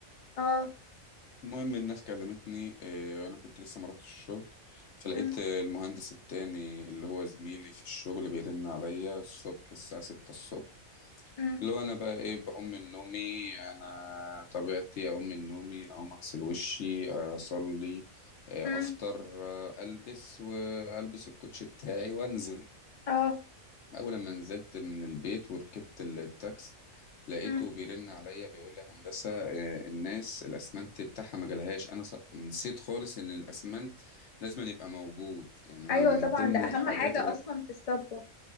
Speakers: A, on the left; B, on the left.
A: اه
B: المهم الناس كلمتني آه، أنا كنت لسه ما رحتش الشغل فلقيت
A: امم
B: آه، المهندس التاني اللي هو زميلي في الشغل بيرن عليا الصبح الساعة ستة الصبح
A: امم
B: اللي هو أنا بقى إيه بقوم من نومي أنا طبيعتي أقوم من نومي أقوم أغسل وشي آه، أصلي آه،
A: امم
B: أفطر آه، ألبس وألبس الكوتش بتاعي وأنزل
A: اه
B: أول ما نزلت من البيت وركبت التاكس لقيته
A: امم
B: بيرن عليا بيقول لي هندسة آه، الناس الأسمنت بتاعها ما جالهاش أنا ص- نسيت خالص إن الأسمنت لازم أن يبقى موجود يعني أنا
A: ايوه
B: من
A: طبعا
B: ضمن
A: ده اهم
B: الحاجات
A: حاجة اصلا في الصبة